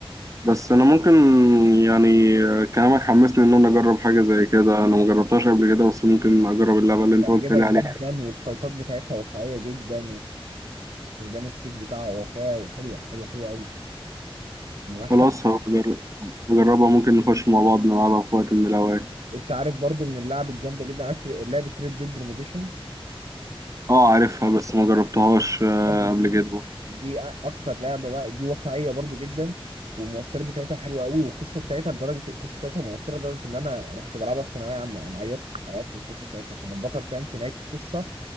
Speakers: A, on the right; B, on the right.
A: بس انا ممكن يعني كلامك حمسني ان انا اجرب حاجه زي كده انا ما جربتهاش قبل كده بس ممكن اجرب اللعبه اللي
B: هتعجبك
A: انت قلت لي
B: جدا
A: عليها
B: والفايتات بتاعتها واقعية جدا واستخدام السيف بتاعها واقعي وحلوة حلوة حلوة أوي من أحسن
A: خلاص هجرب- هجربها ممكن نخش مع بعض نلعبها في وقت من الاوقات
B: أنت عارف برضو من اللعب الجامدة جدا عارف لعبة ريد ديد ريميديشن
A: اه عارفها بس ما جربتهاش آه،
B: اللعبة دي
A: قبل كده
B: دي أكتر لعبة بقى دي واقعية برضو جدا والمؤثرات بتاعتها حلوة أوي والقصة بتاعتها لدرجة القصة بتاعتها مؤثرة لدرجة إن أنا أنا كنت بلعبها في ثانوية عامة أنا عيطت عيطت في القصة بتاعتها عشان البطل فاهم في نهاية القصة